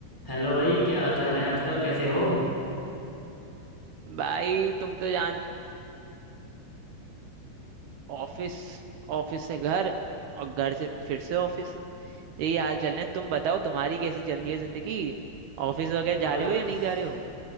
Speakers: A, in the centre; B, on the right (about 70°).
A: Hello भाई क्या हाल चाल है आजकल कैसे हो
B: भाई तुम तो जान ऑफिस ऑफिस से घर और घर से फिर से ऑफिस यही हाल चल रहे हैं तुम बताओ तुम्हारी कैसी चल रही है जिंदगी ऑफिस वगैरह जा
A: बस
B: रहे हो या नहीं जा रहे हो